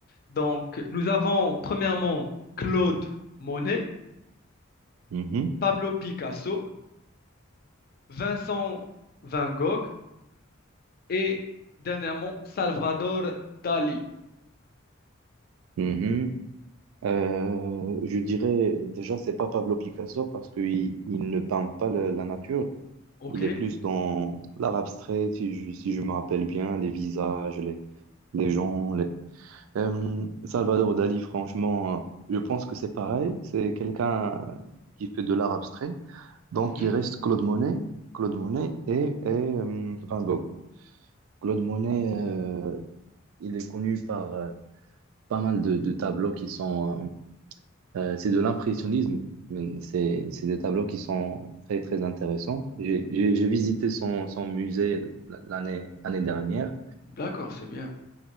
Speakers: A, on the left (about 45°); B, on the right (about 80°).
A: Donc, nous avons premièrement Claude Monet,
B: Mhm,
A: Pablo Picasso, Vincent Van Gogh et dernièrement Salvador Dali.
B: mhm. Euh, je dirais déjà, c'est pas Pablo Picasso parce qu'il il ne peint pas le- la nature.
A: OK?
B: Il est plus dans l'art abstrait, si je, si je me rappelle bien, les visages, les, les gens, les Euh, Salvador Dali, franchement, je pense que c'est pareil. C'est quelqu'un euh, qui fait de l'art abstrait. Donc,
A: Mhm.
B: il reste Claude Monet, Claude Monet et, et, euh, Van Gogh. Claude Monet, euh, il est connu par euh, pas mal de, de tableaux qui sont... euh, euh, c'est de l'impressionnisme, mais c'est c'est des tableaux qui sont très, très intéressants. J'ai j'ai- j'ai visité son, son musée l'année l'année dernière.
A: D'accord, c'est bien.